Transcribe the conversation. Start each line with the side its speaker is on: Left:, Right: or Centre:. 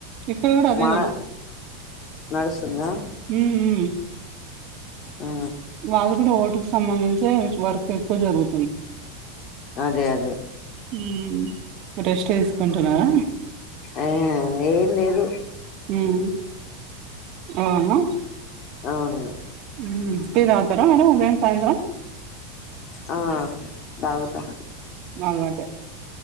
Right: ఇక్కడ కూడా అదే
Left: మా నడుస్తుందా
Right: మ్మ్ హ్మ్
Left: ఆ
Right: వాళ్ళు కూడా ఓటుకి సంబంధించే వర్క్ ఎక్కువ జరుగు
Left: అదే అదే
Right: మ్మ్ రెస్ట్ తీసుకుంటున్నావా
Left: ఆహ ఏం లేదు
Right: ఉమ్ అవును
Left: అవును
Right: మ్మ్ టీ తాగతర మరి ఉదయంం సాయంత్రం
Left: ఆ తాగుతా
Right: అలవాటే